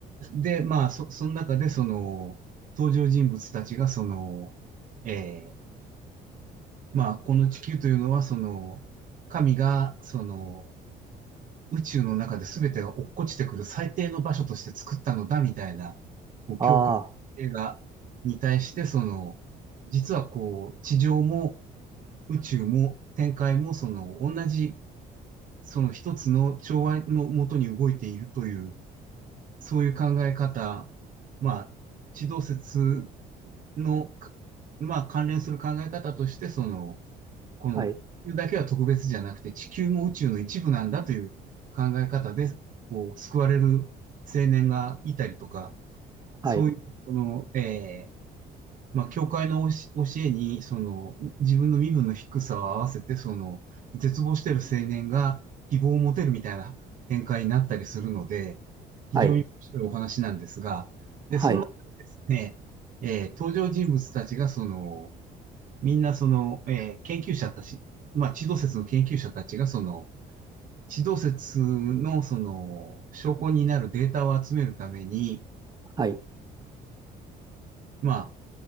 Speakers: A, on the right; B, on the right.
A: で、まあ、そ、その中でその、登場人物たちがその、えーまあ、この地球というのはその、神がその、宇宙の中で全てが落っこちてくる最低の場所として作ったのだみたいな、こう、教会映画に対して、
B: あ
A: その、実はこう、地上も宇宙も展開も、その、同じ、その一つの調和のもとに動いているという、そういう考え方、まあ、地動説の、まあ、関連する考え方として、その、この地球だけは特別じゃなくて地球も宇宙の一部なんだという考え方で、
B: あはい
A: こう、救われる青年がいたりとか、
B: はい
A: そういう、その、えーまあ、教会の教えに、その、自分の身分の低さを合わせて、その、絶望している青年が希望を持てるみたいな展開になったりするので、非常に面白いお話なんですが、
B: はい
A: で、
B: はい
A: その中でですね、えー登場人物たちがその、みんなその、えー研究者たち、まあ、地動説の研究者たちがその、地動説のその、証拠になるデータを集めるために、
B: はい
A: まあ、